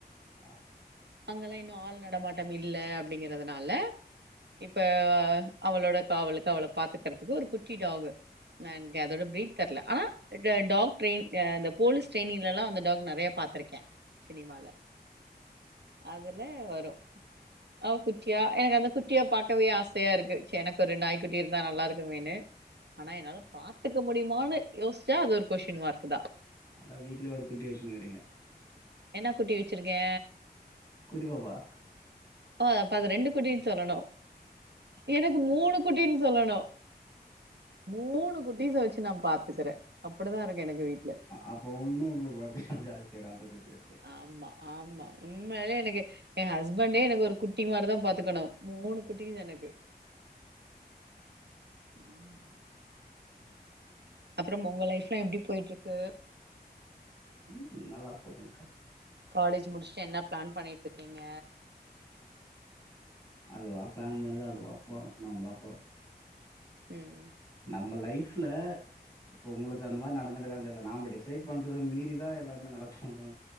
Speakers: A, on the left (about 20°); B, on the right (about 80°).
A: ஆஹ <inaudible>
B: அங்கெல்லா இன்னு ஆள் நடமாட்டம் இல்ல அப்படிங்கறதுனால இப்ப அவளோட காவலுக்கு அவள பாத்துக்கறதுக்கு ஒரு குட்டி டாகு னக் அதோட பிரீட் தெர்ல ஆனா டாக் டிரைன் அ அந்த போலீஸ் ட்ரைனிங்லெல்லா அந்த டாக் நிறையா பாத்துருக்கே சினிமால அதெல்ல வரு ஆ குட்டியா எனக் அந்த குட்டியா பாக்கவே ஆசையா இருக்கு செ எனக் ஒரு நாய் குட்டி இருந்தா நல்லா இருக்குமேன்னு ஆனா என்னால பாத்துக்க முடியுமான்னு யோஸ்ச்சா அது ஒரு கொஷ்டின் மார்க் தா
A: அதா வீட்லயே ஒரு குட்டி வச்சுண்ருகிங்களே
B: என்ன குட்டி வச்சிருக்கே
A: குட்டி பாப்பா
B: ஆ அப்ப அது ரெண்டு குட்டின் சொல்லணு எனக் மூணு குட்டின் சொல்லணு மூணு குட்டிஸ வச்சு நா பாத்துக்கற அப்டிதா இருக்கு எனக்கு வீட்ல
A: அப்ப ஒன்னும் உங்களுக்கு <unintelligible> குட்டி வச்சு
B: ஆமா ஆமா உண்மையாவே எனக்கு எ ஹஸ்பண்டே எனக்கு ஒரு குட்டி மாரி தா பாத்துக்கணு மூணு குட்டிஸ் எனக்கு ம் அப்புறம் உங்க லைஃப்லா எப்டி போயிட்டுருக்கு
A: ம் நல்லா போதுங்க்கா
B: காலேஜ் முடிச்சுட்டு என்ன பிளான் பண்ணிட்டுருக்கீங்க
A: அதுவா பிளான் பண்ணுது அதுவ போறோ நம்மளா போறோ
B: ம் ம்
A: நம்ம லைஃப்ல இப்ப உங்களுக் இது அந்த மாரி நடந்துருக்கா தெரில நாம டிசைடு பண்றது மீறிதா எல்லாமே நடக்கணு